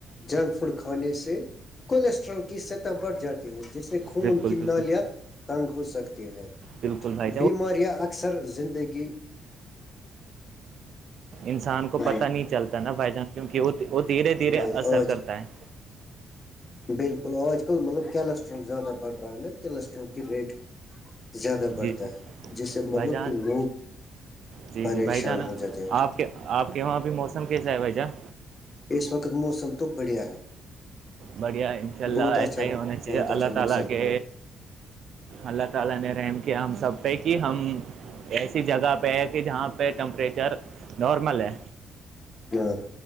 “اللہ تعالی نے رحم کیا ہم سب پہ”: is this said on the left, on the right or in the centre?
Right